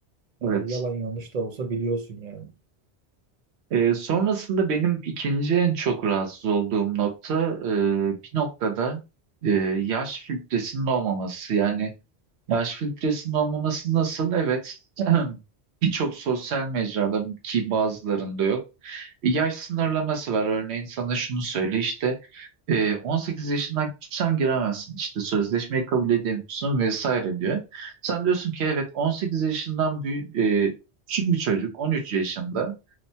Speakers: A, on the right; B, on the right.
A: E,
B: Evet.
A: yalan yanlış da olsa biliyorsun yani.
B: E, sonrasında benim ikinci en çok rahatsız olduğum nokta e, bir noktada e, yaş filtresinin olmaması. Yani Yaş filtresinin olmaması nasıl? Evet. <clears throat> Birçok sosyal mecrada ki bazılarında yok. E, Yaş sınırlaması var. Örneğin sana şunu söyle işte e, 18 yaşından küçüksen giremezsin. İşte sözleşmeyi kabul edemiyorsun vesaire diyor. Sen diyorsun ki evet 18 yaşından büyük, e, küçük bir çocuk 13 yaşında